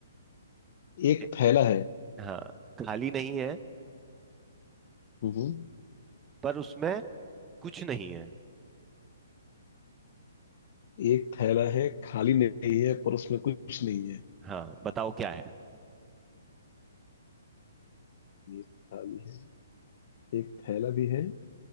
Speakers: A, on the left; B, on the right.
A: एक
B: ए-
A: थैला है
B: हाँ खाली नहीं है
A: हम्म,
B: पर उसमें कुछ नहीं
A: एक थैला है खाली नहीं है पर उसमें कुछ नहीं है
B: हाँ बताओ क्या है
A: ये खाली है एक थैला भी है